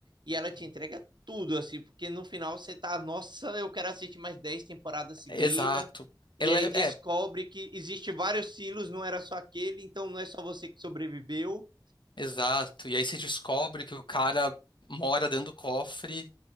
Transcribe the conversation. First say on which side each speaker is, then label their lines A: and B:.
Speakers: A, on the right; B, on the left.
A: E ela te entrega tudo, assim. Porque no final você tá, nossa, eu quero assistir mais 10 temporadas seguidas.
B: Exato. Ela
A: E aí
B: é,
A: descobre
B: é,
A: que existe vários silos, não era só aquele. Então não é só você que sobreviveu.
B: Exato. E aí você descobre que o cara mora dentro do cofre,